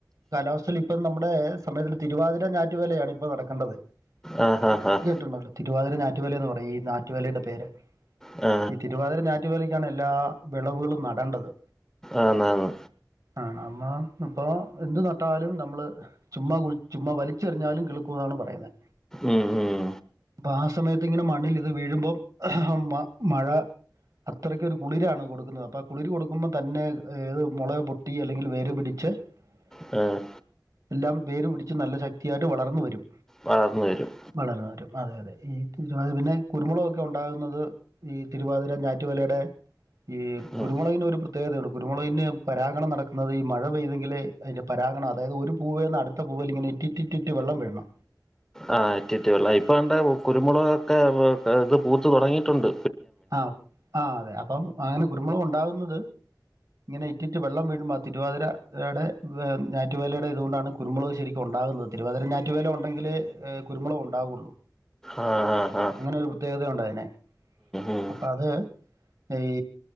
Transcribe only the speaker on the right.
കാലാവസ്ഥയിൽ ഇപ്പം നമ്മുടെ സമയത്‌ തിരുവാതിര ഞാറ്റുവലയാണ് ഇപ്പൊ നടക്കേണ്ടത് ഇത്
കേട്ടിട്ടുണ്ടാവൂലോ തിരുവാതിര ഞാറ്റുവല്ല് എന്ന് പറയും ഈ ഞാറ്റുവല്ലയുടെ പേര്
ഈ തിരുവാതിര ഞാറ്റുവേലയ്ക്കാണ് എല്ലാ വിളവുകളും നടേണ്ടത്
ആ അമ്മ ഇപ്പൊ എന്ത് നട്ടാലും നമ്മള് ചുമ്മാ കുഴി ചുമ്മ വലിച്ചെറിഞ്ഞാലും കിളിക്കുന്നാണ് പറയുന്നെ
അപ്പാ ആ സമയത്ത് ഇങ്ങനെ മണ്ണിൽ ഇത് വീഴുമ്പം മ മഴ അത്രയ്ക്കൊരു കുളിരാണ് കൊടുക്കുന്നത് അപ്പം ആ കുളിര് കൊടുക്കുമ്പം തന്നെ ഏത് മുള പൊട്ടി അല്ലെങ്കിൽ വേര് പിടിച്ച് <unintelligible>
എല്ലാം വേര്പിടിച്ച് നല്ല ശക്തിയായിട്ട് വളർന്ന് വരും
വളർന്ന് വരും അതെയതെ ഈ രുവാ പിന്നെ കുരുമുളകുക്കെ ഉണ്ടാകുന്നത് ഈ തിരുവാതിര ഞാറ്റുവേലയുടെ ഈ
കുരുമുളകിന് ഒരു പ്ര പ്രത്യേകതയാണ് കുരുമുളകിന് പരാഗണം നടക്കുന്നത് ഈ മഴ പെയ്തെങ്കിലേ അതിന്റെ പരാഗണം അതായത് ഒരു പൂവേന്ന് അടുത്ത പൂവേൽ ഇങ്ങനെ ഇറ്റിറ്റിട്ടു വെള്ളം വിഴ്ണം
ആ ആ അതെ അപ്പം അങ്ങനെ കുരുമുളകുണ്ടാകുന്നത് ഇങ്ങനെ ഇറ്റിറ്റു വെള്ളം വീഴുമ്പോ ആ തിരുവാതിരയുടെ ഞറ്റുവേലയുടെ രൂണാണ് കുരുമുളക് ശരിക്കും ഉണ്ടാകുന്നത് തിരുവാതിര ഞാറ്റുവേല ഉണ്ടെങ്കിലേ കുരുമുളക് ഉണ്ടാവുള്ളൂ
അങ്ങനൊരു പ്രത്യേകതയുണ്ടതിന്
അപ്പൊ അത് ഈ